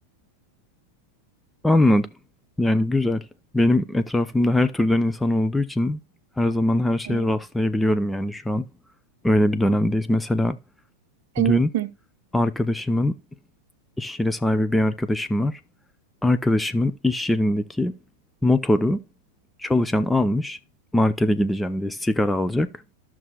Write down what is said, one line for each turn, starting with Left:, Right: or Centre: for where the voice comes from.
Centre: Anladım. Yani güzel. Benim etrafımda her türden insan olduğu için her zaman her şeye
Right: Hı hı.
Centre: rastlayabiliyorum yani şu an. Öyle bir dönemdeyiz. Mesela
Right: Senin...
Centre: Dün
Right: Hı,
Centre: arkadaşımın iş yeri sahibi bir arkadaşım var. Arkadaşımın iş yerindeki motoru çalışan almış. Markete gideceğim diye sigara alacak.